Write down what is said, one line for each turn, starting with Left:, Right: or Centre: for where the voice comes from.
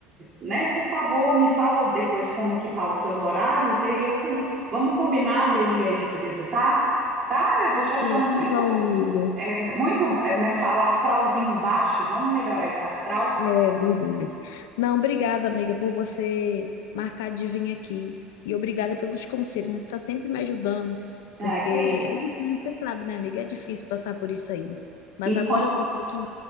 Right: né, por favor, me fala depois como que tá os seus horários e eu com- vamos combinar de eu ir aí te visitar, tá? Eu tô te achando
Left: Sim, tá
Right: muito,
Left: bom, amiga.
Right: é, muito, é, como é que fala, astralzinho baixo, vamos melhorar esse astral?
Left: É verdade. Não, obrigada, amiga, por você marcar de vir aqui. E obrigada pelos conselhos, né? Você está sempre me ajudando,
Right: Ah,
Left: porque
Right: que isso.
Left: é difícil, você sabe, né, amiga? É difícil passar por isso aí. Mas
Right: E
Left: agora
Right: quan-
Left: eu vou ter que